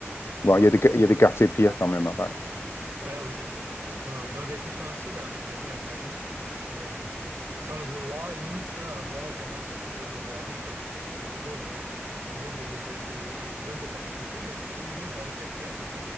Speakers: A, on the left; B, on the right.
A: Bon,
B: ouais,
A: il y a des,
B: tout
A: il y
B: à
A: a
B: fait.
A: des quartiers pires quand même à Paris.
B: Ah oui, c'est sûr. Oui, oui. Non, j'ai été chanceux dans mes années à Paris. euh, sans le vouloir, ni sans avoir vraiment beaucoup de, de moyens économiques, j'ai toujours euh, trouvé des, des, des- des bonnes opportunités. J'ai pu vivre dans le septième.